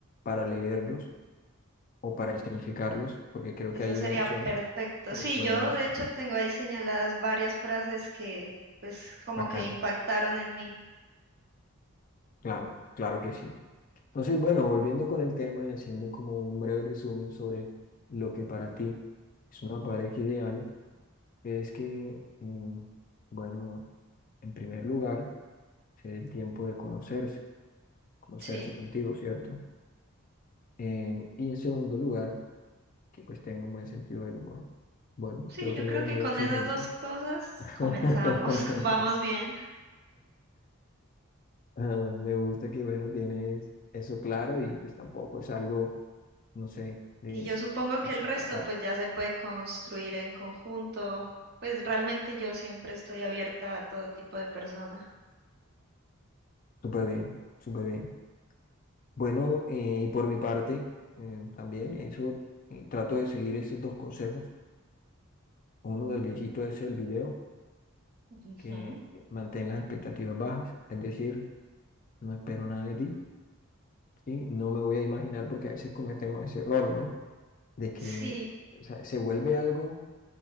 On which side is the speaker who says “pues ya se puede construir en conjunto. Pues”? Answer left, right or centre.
Right